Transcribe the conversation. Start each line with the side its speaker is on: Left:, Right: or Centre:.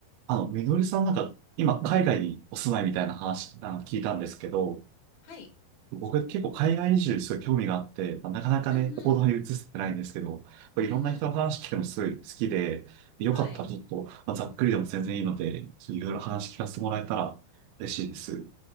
Right: あの、みのりさんなんか、今、海外にお住まいみたいな話、あの、聞いたんですけど、
Left: はい。
Right: 僕結構海外移住にすごい興味があって、まあなかなかね、
Left: うんうん。
Right: 行動に移せてないんですけど、これいろんな人の話聞くのすごい好きで、
Left: うんうん。
Right: よかったらちょっと、
Left: はい。
Right: まあ、ざっくりでも全然いいので、ちょっといろいろ話聞かせてもらえたら嬉しいです。